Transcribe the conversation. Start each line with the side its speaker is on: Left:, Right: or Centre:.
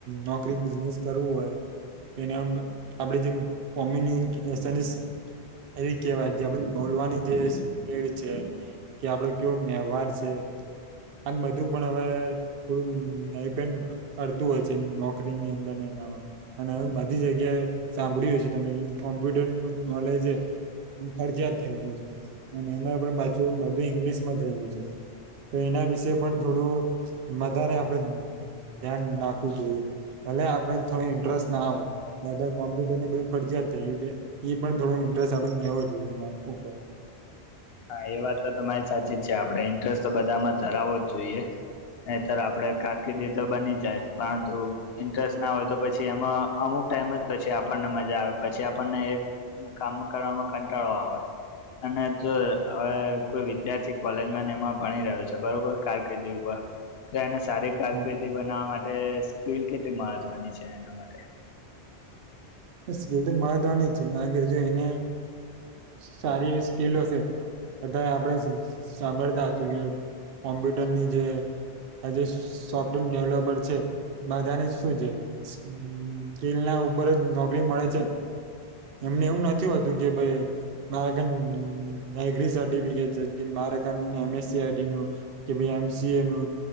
Right: નોકરી બિઝનેસ કરવું હોય એના આપડી જે કોમી <unintelligible> એવી જ કેહેવાય જે આપની બોલવાની જેે એડ છે કે આપડ કેવું વહેવાર છે આમ બધું પણ હવે થોડું ન પણ કરડતું હોય છે નોકરી ની અંદર ને એનામાં અને હવે બધી જગ્યાએ સાંભળ્યું હ છે તમે કોમ્પ્યુટર નું નોલેજ એ એ ફરજીિયાત થઈ ગયું છે અને એમાં પણ પાછું બધું ઈંગ્લિશમાં થઈ ગયું છે તો એના વિશે પણ થોડું વધારે આપને ધ્યાન રાખવું જોઈએ ભલે આપડે થોડી ઇન્ટરેસ્ટ ના હોય કોમ્પ્યુટર ને બધું ફરજીયાત થઈ ગયુ ઈ પણ થડો ઇન્ટરેસ્ટ આપને લેવો જોઈએ એના ઉપર
Left: હા એ વાત તો તમારી સાચી જ છે આપણેે ઇન્ટરેસ્ટ તો બધામાં ધરાવો જ જોઈએ નાઈતર આપડે કારકિર્દી તો બની જાય પરંતુ ઇન્ટરેસ્ટ ના હોય તો પછી એમાં અમુક ટાઈમ પછી આપને મજા આવે પછી આપણને એક કામ કરવામાં કંટાળો આવે અને જો હવે કોઈ વિદ્યાર્થી કોલેજમાં ને એમાં ભણી રહ્યો છે બરોબર કારકિર્દી ઉપર તો એને સારી કારકિર્દી
Right: હા
Left: બનાવવા માટે સ્કીલ કેટલી મહત્વની છે એના માટે
Right: સ્કિલ તો મહત્વાની જ છે કારણ કે જો એને સારી એવી સ્કિલ હશે અત્યારે આપણે સાંભળતાશું કે કોમ્પ્યુટર ની જે આ જે સોફ્ટવેર ડેવલોપર છે બધાને શું છે સ્કિલ ના ઉપર જ નોકરી મળે છે એમને એવું નથી હોતું કે ભાઈ મારે કન અગ્રિ સર્ટિફિકેટ છે મારે કન અમે એ સી ઈદી નુ કે ભાઈ એમ સી એ નું